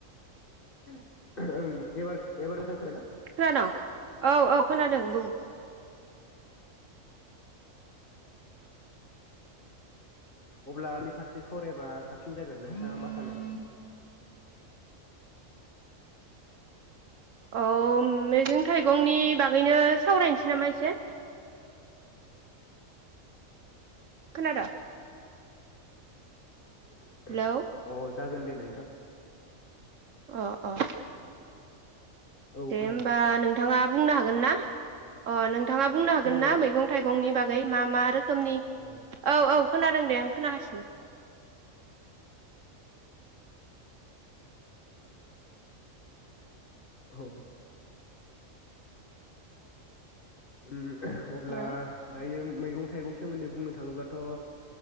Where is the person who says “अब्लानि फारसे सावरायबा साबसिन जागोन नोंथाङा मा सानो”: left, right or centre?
Left